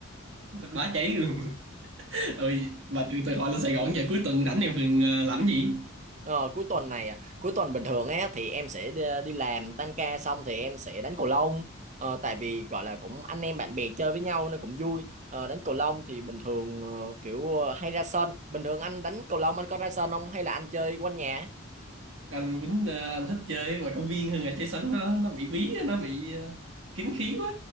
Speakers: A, on the right; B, on the right.
A: bá cháy luôn <laughs> rồi mà từ từ hồi lên Sài Gòn giờ cuối tuần rảnh em thường ờ, làm cái gì
B: Ờ, cuối tuần này à, cuối tuần bình thường á thì em sẽ đi, đi làm tan ca xong thì em sẽ đánh cầu lông ờ, tại vì gọi là cũng anh em bạn bè chơi với nhau nên cũng vui ờ, đánh cầu lông thì bình thường ờ, kiểu ờ, hay ra sân bình thường anh đánh cầu lông anh có ra sân không hay là anh chơi quanh nhà
A: anh Quýnh ờ, anh thích chơi ngoài công viên hơn là chơi sân nó nó bị bí á, nó bị ờ, kín khí quá